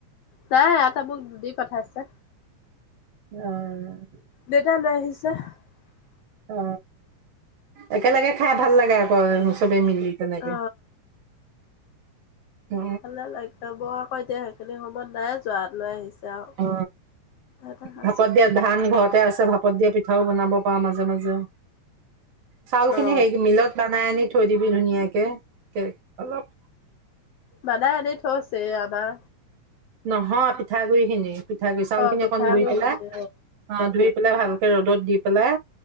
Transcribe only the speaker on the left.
তাই এটা মোক দি পঠাইছে
দেউতা <unintelligible>
অ
ভালে লাগদ বৌ আকৌ এতিয়া সেইখিনি সময়ত নাই যোৱহাট লৈ আহিছে আৰু
এটা খাইছো
অ
মাদাই আনি থৈছে আমাৰ
অ
পিঠাগুৰি
খিনি